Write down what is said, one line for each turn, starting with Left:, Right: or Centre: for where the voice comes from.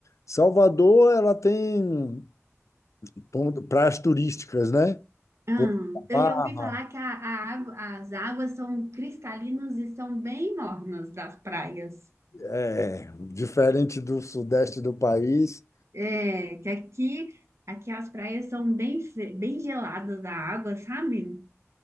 Left: Salvador, ela tem pon- praias turísticas, né?
Right: Ah,
Left: Porto da
Right: eu
Left: Barra,
Right: já ouvi falar que a, a água- as águas são cristalinas e são bem mornas das praias.
Left: é, diferente do sudeste do país,
Right: É, que aqui, aqui as praias são bem, fre- bem geladas da água, sabe?